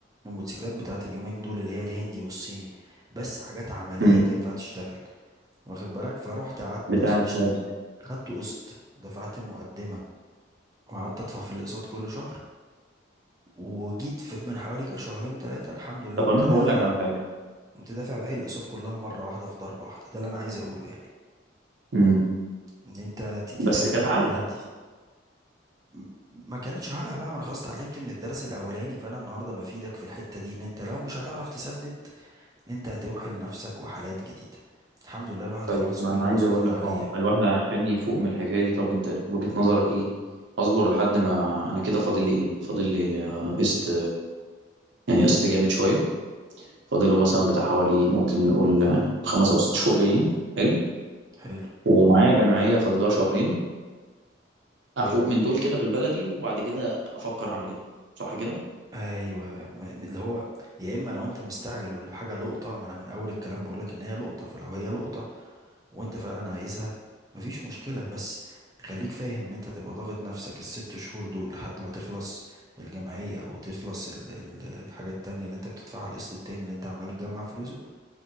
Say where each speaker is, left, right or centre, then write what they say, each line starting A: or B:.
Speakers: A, on the right (about 20°); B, on the right (about 70°).
A: الموتوسيكلات بتاعه اليومين دول اللي هي الهندي والصيني بس حاجات عمليه
B: مم.
A: تنفع تشتغل واخد بالك فروحت قعدت
B: بتاعت
A: اش- اش-
B: هذا
A: خدته قسط دفعت مقدمه وقعدت ادفع في الاقساط كل شهر وجيت في من حوالي كده شهرين ثلاثه الحمد لله
B: طب
A: قمت
B: أنا
A: دافع
B: هقول لك على حاجة
A: قمت دافع باقي الاقساط كلها مره واحده في ضربه واحده ده اللي انا عايز اقوله يعني
B: مم.
A: ان انت تيجي
B: بس
A: تخلي
B: كانت
A: الحاجه
B: علقة
A: الهاديه م- ما كانتش علقه بقى ما انا خلاص اتعلمت من الدرس الاولاني فانا النهارده بفيدك في الحته دي ان انت لو مش هتعرف تسدد انت هتوحي لنفسك وحالات جديده الحمد لله الواحد
B: طيب
A: خلص
B: ما
A: كل
B: انا
A: الاقساط
B: عايز اقول
A: اللي
B: لك
A: عليه
B: اه
A: يعني.
B: الواحد عشان يفوق من الحكايه دي طب انت وجهه نظرك ايه اصبر لحد ما انا كده فاضل لي ايه فاضل لي آه، قسط يعني قسط جامد شويه فاضله مثلا بتاع حوالي ممكن نقول آه، خمس او ست شهور جايين حلو
A: حلو
B: ومعايا جمعيه فاضلها شهرين افوق
A: حلو
B: من دول كده بالبلدي وبعد كده افكر اعمل ايه صح كده
A: ايوه ما- اللي هو يا اما لو انت مستعجل والحاجه لقطه ما انا من اول الكلام بقول لك ان هي لقطه فلو هي لقطه وانت فعلا عايزها مفيش مشكله بس خليك فاهم ان انت تبقى ضاغط نفسك الست شهور دول لحد ما تخلص الجمعيه وتخلص ال ال الحاجه التانية اللي انت بتدفعها القسط التاني اللي انت عمال تجمع فلوسه